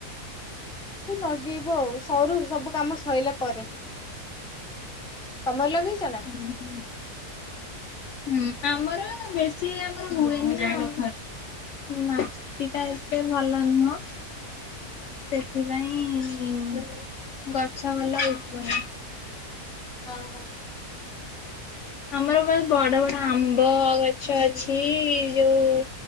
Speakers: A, in the centre; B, on the left.
A: ଲଗେଇବୁ ଆଉ ସରୁ ସବୁ କାମ ସଇଲା ପରେ। ତମର ଲଗେଇଛ ନା।
B: ହୁଁ ହୁଁ। ହୁଁ ଆମର ବେଶୀ ଆମର ହୁଏନି ଆଉ ମାଟି ଟା ଏତେ ଭଲ ନୁହଁ। ସେଥିପାଇଁ ଗଛ ଭଲ ଉଠୁନି।
A: ହଉ ହଉ।
B: ଆମର ବସ୍ ବଡ ବଡ ଆମ୍ବ ଗଛ ଅଛି ଯୋଉ